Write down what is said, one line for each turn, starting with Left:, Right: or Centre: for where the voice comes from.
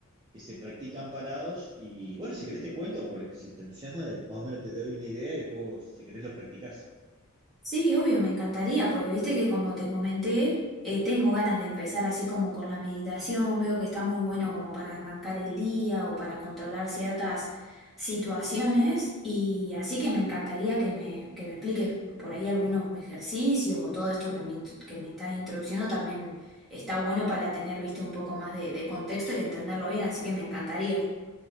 Right: que se practican parados. Y bueno, si querés te cuento, porque si te entusiasma, de- más o menos te doy una idea y después si querés lo practicás.
Centre: Sí, obvio, me encantaría, porque viste que como te comenté, eh, tengo ganas de empezar así como con la meditación, veo que está muy bueno como para arrancar el día o para controlar ciertas situaciones, y así que me encantaría que me, que me expliques por ahí algunos ejercicios o todo esto que me, int- que me estás introduciendo también está bueno para tener, viste, un poco más de, de contexto y entenderlo bien, así que me encantaría.